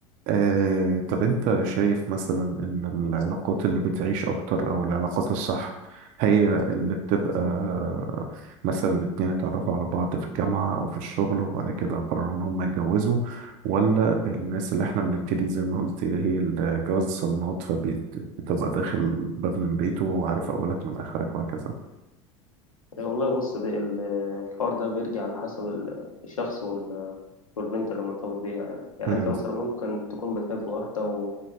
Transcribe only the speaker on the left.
إيه، والله بص بي- ال- الحوار ده بيرجع على حسب ال- الشخص وال- والبنت اللي مرتبط بيها يعني يعني
انت مثلا ممكن تكون بتحب واحدة و...